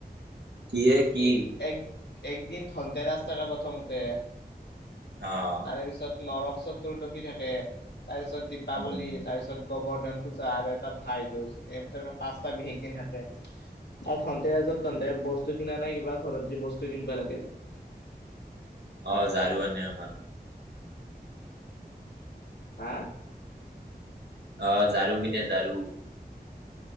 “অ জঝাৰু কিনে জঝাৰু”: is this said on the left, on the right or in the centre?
Right